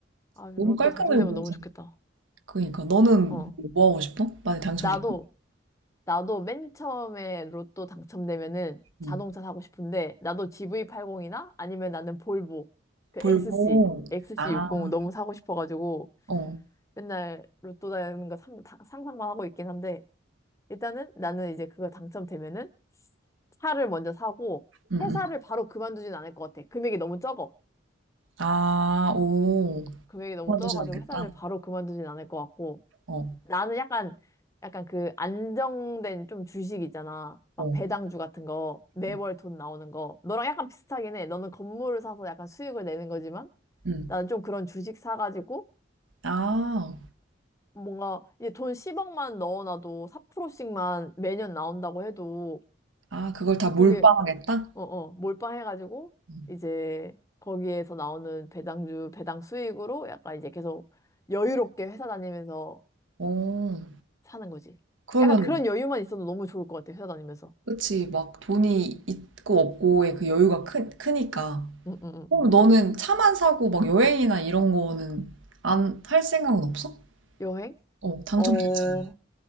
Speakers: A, on the left (about 15°); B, on the right (about 80°).
A: 아, 로또
B: 너무 깔끔해
A: 당첨되면
B: 보이잖아.
A: 너무 좋겠다.
B: 그러니까 너는
A: 어.
B: 뭐 뭐 하고 싶어? 만약 당첨되면?
A: 나도, 나도 맨 처음에 로또 당첨되면은 자동차
B: 응.
A: 사고 싶은데, 나도 GV80이나 아니면 나는 볼보, 그
B: 볼고.
A: XC, XC60
B: 아.
A: 너무 사고 싶어가지고,
B: 어.
A: 맨날 로또 되는 거 상- 다- 상상만 하고 있긴 한데, 일단은 나는 이제 그거 당첨되면은 차를 먼저 사고
B: 응,
A: 회사를
B: 응.
A: 바로 그만두진 않을 것 같아. 금액이 너무 적어.
B: 아, 오.
A: 금액이 너무
B: 그만두진
A: 적어가지고
B: 않겠다.
A: 회사를 바로 그만두진 않을 것 같고
B: 어.
A: 나는 약간 약간 그 안정된 좀 주식 있잖아. 막
B: 어.
A: 배당주 같은 거 매월
B: 응.
A: 돈 나오는 거 너랑 약간 비슷하긴 해. 너는 건물을 사서 약간 수익을 내는 거지만
B: 응.
A: 나는 좀 그런 주식 사가지고
B: 아.
A: 뭔가 이제 돈 10억만 넣어놔도 4%씩만 매년 나온다고 해도
B: 아, 그걸 다 몰빵하겠다?
A: 그게 어어 몰빵해가지고
B: 응.
A: 이제 거기에서 나오는 배당주 배당 수익으로 약간 이제 계속 여유롭게 회사 다니면서
B: 오.
A: 사는 거지.
B: 그러면
A: 약간 그런 여유만 있어도 너무 좋을 것 같아 회사 다니면서.
B: 그치, 막 돈이 있고 없고의 그 여유가 크, 크니까.
A: 응응응.
B: 그럼 너는 차만 사고 막 여행이나 이런 거는 안 할 생각은 없어?
A: 여행?
B: 어, 당첨됐잖아.
A: 어